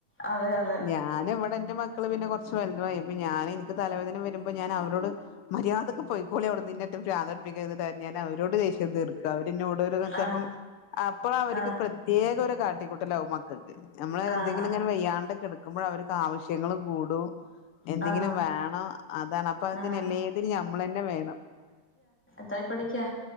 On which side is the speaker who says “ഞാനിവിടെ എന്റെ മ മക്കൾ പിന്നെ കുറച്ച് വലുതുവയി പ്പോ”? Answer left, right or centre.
Left